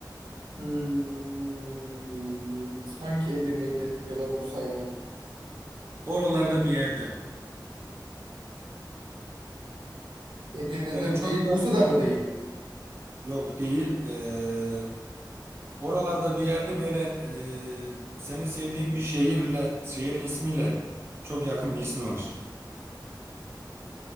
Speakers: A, on the right; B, on the right.
A: Hmm, sanki Edirne'ydi ya da Bursa'ydı.
B: Oralarda bir yerde.
A: Edirne'de
B: Böyle çok
A: değil,
B: da
A: Bursa'da mı değil?
B: yok değil. Ee, oralarda bir yerde böyle e, senin sevdiğin bir şehirle, şehrin ismiyle çok yakın bir ismi var.